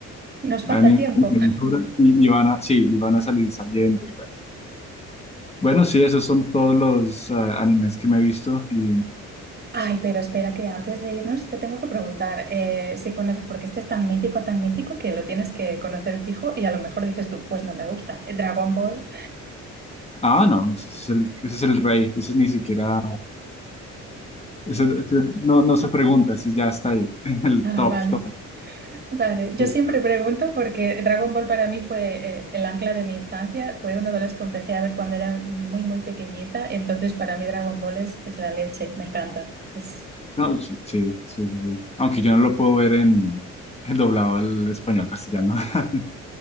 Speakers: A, on the right; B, on the left.
A: Nos
B: Van
A: falta
B: en
A: tiempo.
B: van en aventura y, y van a, sí, y van a salir saliendo y bueno. Bueno, sí, esos son todos los ah, animes que me he visto y...
A: Ay, pero espera que antes de irnos te tengo que preguntar eh, si conoces, porque este es tan mítico, tan mítico que lo tienes que conocer fijo y a lo mejor dices tú, pues no me gusta. Eh, Dragon Ball.
B: Ah, no, ese es el, ese es el rey, ese ni siquiera, ese- ese no, no se pregunta, ese ya está ahí, <laughs> en el
A: Ah,
B: top,
A: vale,
B: top.
A: vale. Yo
B: Sí.
A: siempre pregunto porque Dragon Ball para mí fue eh, el ancla de mi infancia, fue uno de los que empecé a ver cuando era muy, muy pequeñita, entonces para mí Dragon Ball es, es la leche, me encanta. Es
B: No, sí, sí, sí, sí. Aunque yo no lo puedo ver en, en doblado al español castellano. <laughs>